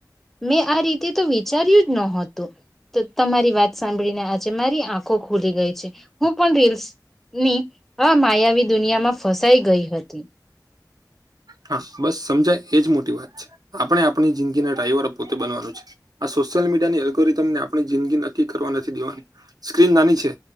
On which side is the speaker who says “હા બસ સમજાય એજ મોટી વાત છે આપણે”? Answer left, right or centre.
Right